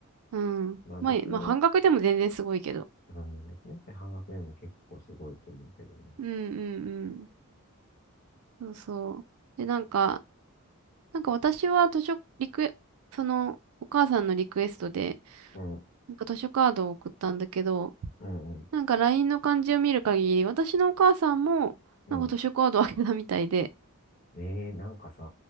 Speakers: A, on the right; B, on the left.
A: うん。
B: まあ、
A: まあ、
B: 6年
A: まあ、半額でも全然すごいけど。
B: うん、年生半額でも結構すごいと思うけどね。
A: うんうんうん。そうそう。で、なんか、なんか私は図書、リクエ、その、お母さんのリクエストで、
B: うん、う
A: なんか図書カードを送ったんだけど、
B: ん、うん、
A: なんかラインの感じを見る限り、私のお母さんも、
B: う
A: なんか図書カードをあけたみたいで、
B: ん。えー、なんかさ、